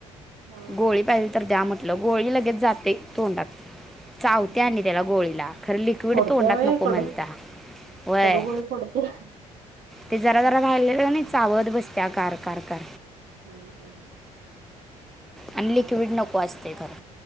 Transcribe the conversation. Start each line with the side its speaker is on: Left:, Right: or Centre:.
Right: हा हा
Centre: गोळी पाहिली तर द्या म्हटलं गोळी लगेच जाते तोंडात. चावत्या
Right: हम्म
Centre: आणि त्याला गोळीला. खरं लिक्विड
Right: फोडत्या
Centre: तोंडात
Right: व्हय
Centre: नको
Right: कडू
Centre: म्हणता वय.
Right: कडू गोळी फोडत्या
Centre: ते
Right: हम्म
Centre: जरा जरा ऱ्हायलेलं नाही चावत बसत कार कार कर.
Right: हम.
Centre: आणि लिक्विड नको असते खर